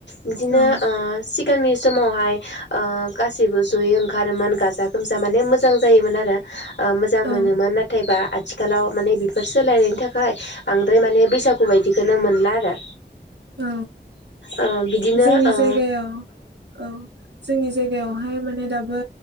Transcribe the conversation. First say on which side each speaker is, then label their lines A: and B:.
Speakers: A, on the left (about 80°); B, on the right (about 80°).
A: बिदिनो
B: औ
A: ओ सिगांनि समावहाय ओ गासैबो जयै ओंखारोमोन गाजा गोमजा माने मोजां जायोमोन आरो। ओ मोजां
B: औ
A: मोनोमोन नाथायबा आथिखालाव माने बि बेफोर सोलायनायनि थाखाय। बांद्राय माने बैसागु बायदिखौनो मोनला आरो।
B: औ
A: ओ बिदिनो
B: जोंनि
A: ओ
B: जायगायाव औ जोंनि जायगायावहाय माने दाबो